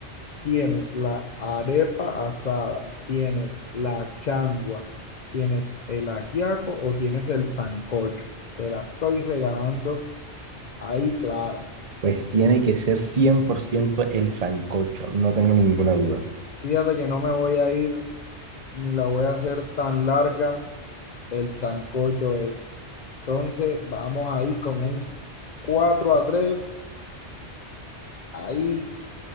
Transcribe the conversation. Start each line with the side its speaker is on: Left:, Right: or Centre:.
Left: Tienes la arepa asada, tienes la changua, tienes el ajiaco o tienes el sancocho. Te la estoy regalando ahí, Clara.
Right: Pues tiene que ser 100% el sancocho, no tengo ninguna duda.
Left: Fíjate que no me voy a ir ni la voy a hacer tan larga, el sancocho es. Entonces, vamos ahí con un 4 a 3 ahí